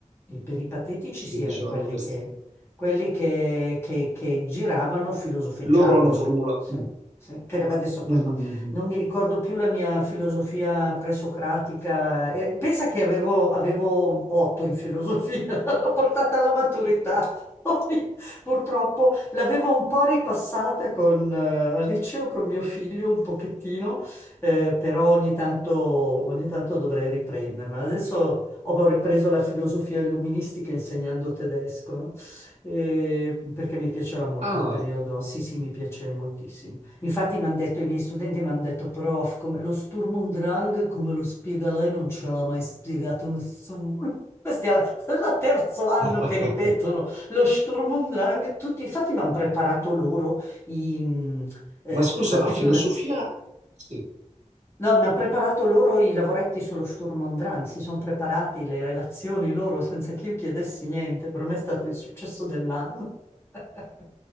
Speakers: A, on the left (about 20°); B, on the right (about 60°).
A: E per i patetici si
B: che dicevano
A: erano quelli
B: questo?
A: che, quelli che, che- che giravano filosofeggiando.
B: Loro hanno formulato...
A: Sì, sì. Che adesso
B: <laughs>
A: poi no- non mi ricordo più la mia filosofia presocratica. Eh, pensa che avevo, avevo otto in filosofia, <laughs> l'ho portata alla maturità. Poi, purtroppo l'avevo un po' ripassata con, eh, al liceo con mio figlio un pochettino, eh, però ogni tanto, ogni tanto dovrei riprendermela. Adesso ho ripreso la filosofia illuministica insegnando tedesco, no? E- perché mi piaceva molto
B: Ah,
A: il periodo, sì, sì, mi piace moltissimo. Infatti mi hanno detto, i miei studenti mi hanno detto, prof, come- lo Sturm und Drang, come lo spiega lei, non ce l'ha mai spiegato nessuno. <laughs> Questi al al terzo anno
B: <laughs>
A: che ripetono lo Sturm und Drang, tutti, infatti mi hanno preparato loro i... mm, eh,
B: ma scusa,
A: scusa,
B: la
A: devi
B: filosofia...
A: un attimo...
B: Sì.
A: No, ma ha preparato loro i lavoretti sullo Sturm und Drang, si sono preparati le relazioni loro senza che io chiedessi niente. Per me è stato il successo dell'anno. <laughs>